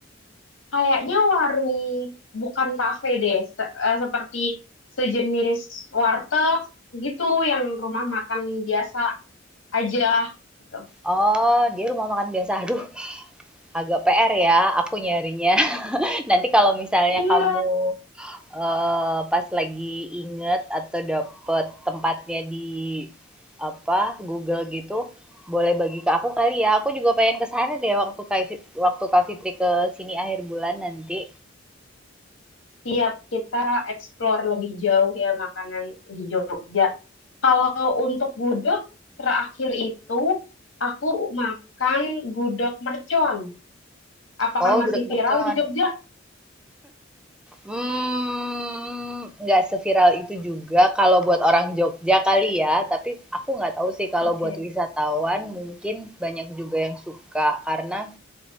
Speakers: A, on the left (about 85°); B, in the centre.
A: Kayaknya warung bukan kafe deh, Se- eh, seperti sejenis warteg gitu yang rumah makan biasa aja gitu.
B: Oh, dia rumah makan biasa. Aduh, agak PR ya aku nyarinya. <laughs> Nanti kalau misalnya
A: Iya,
B: kamu eh, pas lagi inget atau dapet tempatnya di apa Google gitu, boleh bagi ke aku kali ya. Aku juga pengen ke sana deh waktu Kak Fit- waktu Kak Fitri ke sini akhir bulan nanti.
A: tiap kita explore lebih jauh ya makanan di Jogja. Kalau untuk gudeg terakhir itu aku makan gudeg mercon. Apakah
B: Oh,
A: masih
B: gudeg mercon.
A: viral di Jogja?
B: Mmm, nggak seviral itu juga kalau buat orang Jogja kali ya, tapi aku nggak tahu sih kalau
A: Oke.
B: buat wisatawan mungkin banyak juga yang suka karena,